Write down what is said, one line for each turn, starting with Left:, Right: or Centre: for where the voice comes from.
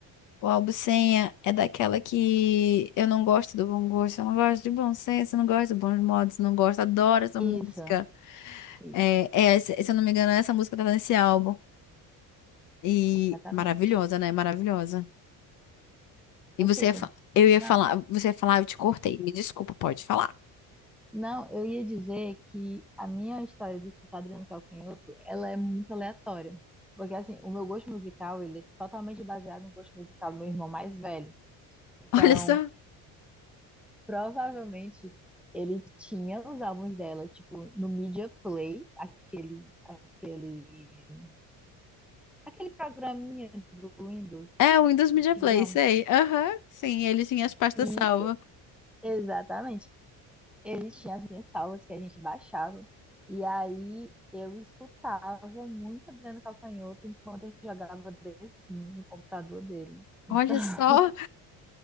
Left: O albucenha é daquela que eu não gosto do bom gosto, eu não gosto de bom senso, eu não gosto de bons modos, não gosto, adoro essa música.
Centre: Isso, isso,
Left: É, é, se se eu não me engano, essa música tá nesse álbum. E
Centre: exatamente.
Left: maravilhosa, né? Maravilhosa.
Centre: Perfeita.
Left: E você ia fa- eu ia
Centre: Não,
Left: falar, você ia falar, eu te cortei. Me desculpa, pode falar.
Centre: não, eu ia dizer que a minha história de escutar Adriano Calcanhoto, ela é muito aleatória. Porque, assim, o meu gosto musical, ele é totalmente baseado no gosto musical do meu irmão mais velho. Então,
Left: <laughs> Olha só.
Centre: provavelmente, ele tinha os álbuns dela, tipo, no Media Play, aquele, aquele, aquele programinha do Windows,
Left: É o Windows Media
Centre: digamos.
Left: Play, sei. Aham, sim, ele tinha as pastas
Centre: E,
Left: salvas.
Centre: exatamente. existiam as minhas salvas que a gente baixava. E aí eu escutava muito Adriano Calcanhoto enquanto eu jogava The Sims no computador dele. Então
Left: Olha
Centre: <laughs>
Left: só.